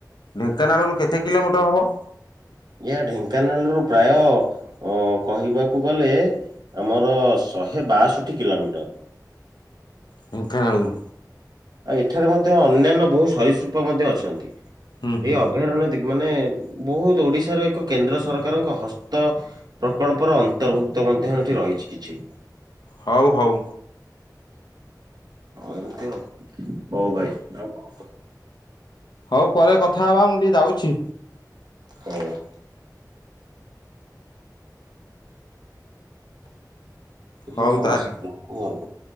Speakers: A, on the left (about 85°); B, on the right (about 70°).
A: ଢେଙ୍କାନାଳରୁ କେତେ କିଲୋମିଟର ହେବ?
B: ଆଜ୍ଞା ଢେଙ୍କାନାଳରୁ ପ୍ରାୟ ଅ କହିବାକୁ ଗଲେ ଆମର ଶହେ ବାଷଠି କିଲୋମିଟର।
A: ଢେ଼ଙ୍କାନଳୁରୁ।
B: ଆଉ ଏଠାରେ ମଧ୍ୟ ଅନ୍ୟାନ୍ୟ ବହୁ ସରିସୃପ ମଧ୍ୟ ଅଛନ୍ତି ଏ
A: ହୁଁ ହୁଁ
B: ଅମ୍। ଅଭ୍ୟାଥରଣ୍ଯମାନେ ବହୁତ ଓଡିଶାର ଏକ କେନ୍ଦ୍ର ସରକାରଙ୍କ ହସ୍ତ ପ୍ରକଳ୍ପର ଅନ୍ତର୍ଭୁକ୍ତ ମଧ୍ୟ ଏଠି ରହିଛି କିଛି।
A: ହଉ ହଉ।
B: ହଉ ଏମିତି ହ ହଉ ଭାଇ ଆଉ କଣ?
A: ହଉ ପରେ କଥା ହବା ମୁଁ ଟିକେ ଯାଉଛି।
B: ହୁଁ। ଏ ଝିଥ
A: ହଉ
B: ପୁରା
A: ତାହେଲେ।
B: ମସ୍ତ ମୋ ଆଡ଼ବୁ।